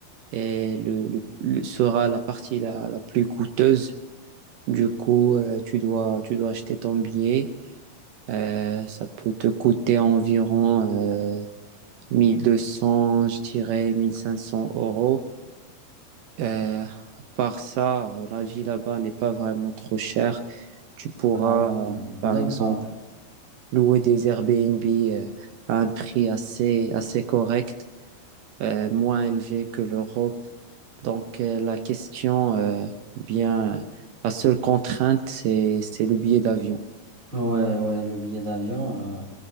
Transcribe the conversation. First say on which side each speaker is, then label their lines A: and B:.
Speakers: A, on the right (about 75°); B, on the right (about 35°).
A: est- est le- le- le- sera la partie la, la plus coûteuse. Du coup, euh, tu dois, tu dois acheter ton billet Euh, ça peut te coûter environ euh, 1200, je dirais 1500 euros. Euh, à part ça, euh, la vie là-bas n'est pas vraiment trop chère. Tu pourras,
B: Ah oui,
A: euh, par
B: d'accord.
A: exemple, louer des Airbnb euh, à un prix assez, assez correct, euh, moins élevé que l'Europe. Donc, euh, la question, euh, bien, la seule contrainte, c'est, c'est le billet d'avion.
B: Ouais, ouais, le billet d'avion, euh,